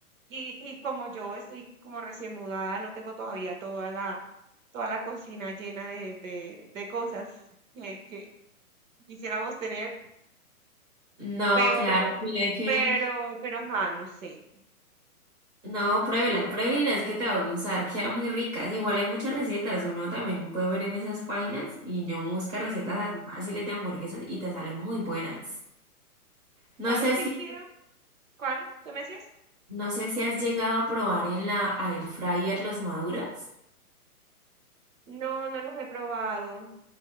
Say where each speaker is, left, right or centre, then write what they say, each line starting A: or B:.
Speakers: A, on the right; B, on the right.
A: Y, y como yo estoy como recién mudada, no tengo todavía toda la, toda la cocina llena de, de, de cosas que, que quisiéramos tener,
B: No,
A: pero,
B: claro, mira que.
A: pero, pero, ajá, no sé.
B: No, pruébela, pruébela, es que te va a gustar. Quedan muy ricas. Igual hay muchas recetas. Uno también puede ver en esas páginas. Y yo busca
A: Sí.
B: recetas así fáciles de hamburguesas y te salen muy buenas. No
A: ¿Sabes
B: sé
A: qué
B: si.
A: quiero? ¿Cuál? ¿Qué me decías?
B: No sé si has llegado a probar en la air fryer los maduros.
A: No, no los he probado.